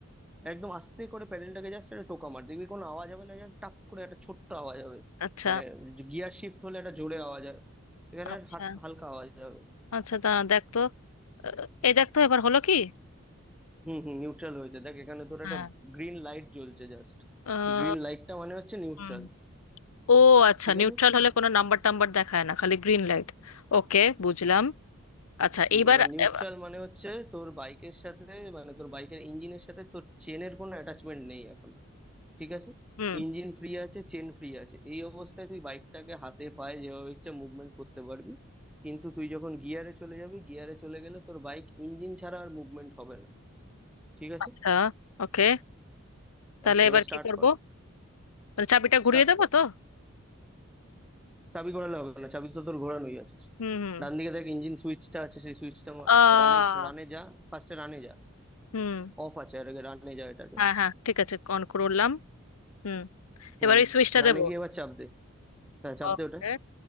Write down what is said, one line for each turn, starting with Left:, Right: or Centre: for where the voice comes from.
Centre: একদম আস্তে করে প্যাডেলটাকে যাচ্ছে একটা টোকা মার দেখবি কোনো আওয়াজ হবে না জাস্ট টাক করে একটা ছোট্ট আওয়াজ হবে
Left: আচ্ছা
Centre: মানে গিয়ার শিফট হলে একটা জোরে আওয়াজ হয় এখানে
Left: আচ্ছা
Centre: হাট- হালকা আওয়াজ হবে
Left: আচ্ছা দাঁড়া দেখ তো আহ, এই দেখ তো এবার হলো কি
Centre: হুম হুম নিউট্রাল হয়েছে দেখ এখানে তোর
Left: হ্যাঁ
Centre: একটা গ্রিন লাইট জ্বলছে জাস্ট
Left: আহ,
Centre: গ্রিন লাইটটা মানে হচ্ছে নিউট্রাল
Left: হুম। ও আচ্ছা
Centre: ঠিক
Left: নিউট্রাল
Centre: আছে
Left: হলে কোনো নাম্বার টাম্বার দেখায় না খালি গ্রিন লাইট ওকে বুঝলাম আচ্ছা
Centre: হুম
Left: এইবার
Centre: এবার নিউট্রাল
Left: এবার-
Centre: মানে হচ্ছে তোর বাইকের সাথে মানে তোর বাইকের ইঞ্জিনের সাথে তোর চেনের কোনো অ্যাটাচমেন্ট নেই এখন ঠিক আছে
Left: হুম
Centre: ইঞ্জিন ফ্রি আছে চেন ফ্রি আছে এই অবস্থায় তুই বাইকটাকে হাতে পায়ে যেভাবে ইচ্ছা মুভমেন্ট করতে পারবি কিন্তু তুই যখন গিয়ারে চলে যাবি গিয়ারে চলে গেলে তোর বাইক ইঞ্জিন ছাড়া আর মুভমেন্ট হবে না ঠিক আছে
Left: আচ্ছা ওকে তাহলে
Centre: আচ্ছা এবার
Left: এবার
Centre: স্টার্ট
Left: কি করব
Centre: কর
Left: মানে চাবিটা ঘুরিয়ে
Centre: স্টার্ট
Left: দেবো
Centre: কর
Left: তো
Centre: চাবি ঘোরালে হবে না চাবি তো তোর ঘোরানোই আছে
Left: হুম হুম
Centre: ডান দিকে দেখ ইঞ্জিন সুইচটা আছে সেই সুইচটা মার
Left: আহ
Centre: রানে রানে যা ফার্স্টে রানে যা
Left: হুম
Centre: অফ আছে আর আগে রানে যা এটাকে
Left: হ্যাঁ হ্যাঁ ঠিক আছে অন করলাম হুম
Centre: হুম
Left: এবার ওই সুইচটা
Centre: রানে
Left: দেবো
Centre: গিয়ে এবার চাপ দে হ্যাঁ চাপ
Left: ওকে
Centre: দে ওটা